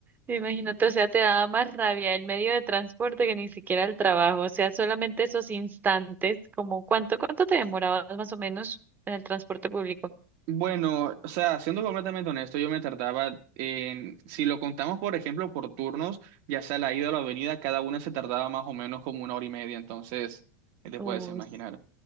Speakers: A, on the right; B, on the right.
A: Imagínate, o sea, te daba más rabia el medio de transporte que ni siquiera el trabajo, o sea, solamente esos instantes, como cuánto, cuánto te demorabas más o menos en el transporte público.
B: Bueno, o sea, siendo completamente honesto, yo me tardaba en, si lo contamos, por ejemplo, por turnos, ya sea la ida o la venida, cada una se tardaba más o menos como una hora y media. Entonces, ¿qué te
A: Uy,
B: puedes imaginar?